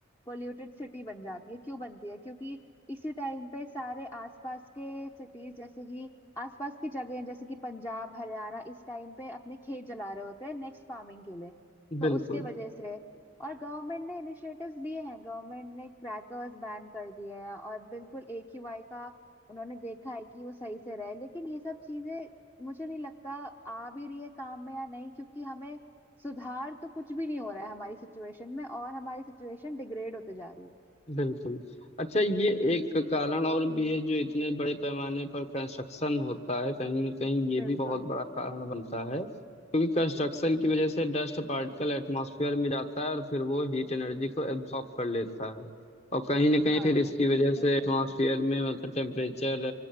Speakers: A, on the left; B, on the left.
A: पोल्यूटेड सिटी बन जाती है क्यों बनती है क्योंकि इसी टाइम पे सारे आसपास के सिटीज जैसे कि आसपास की जगह जैसे कि पंजाब हरियाणा इस टाइम पे अपने खेत जला रहे होते हैं नेक्स्ट फार्मिंग के लिए तो
B: बिल्कुल
A: उसके वजह से और गवर्नमेंट ने इनिशिएटिव्स लिए हैं गवर्नमेंट ने क्रैकर्स बैन कर दिए हैं और बिल्कुल ए क्यू आई का उन्होंने देखा है कि वो सही से रहे लेकिन ये सब चीजें मुझे नहीं लगता आ भी रही है काम में या नहीं क्योंकि हमें सुधार तो कुछ भी नहीं हो रहा है हमारी सिचुएशन में और हमारी सिचुएशन डिग्रेड होते जा रही है
B: बिल्कुल अच्छा ये एक कारण और भी है जो इतने बड़े पैमाने पर कंस्ट्रक्शन होता है कहीं ना कहीं ये
A: बिल्कुल
B: भी बहुत बड़ा कारण बनता है क्योंकि कंस्ट्रक्शन की वजह से डस्ट पार्टिकल एटमॉस्फेयर में जाता है और फिर वो हीट एनर्जी को एब्जॉर्ब कर लेता है और कहीं ना कहीं
A: हाँ
B: फिर इसकी वजह
A: बिल्कुल
B: से
A: सही
B: एटमॉस्फेयर
A: बोल रहे हो।
B: में मतलब टेम्परेचर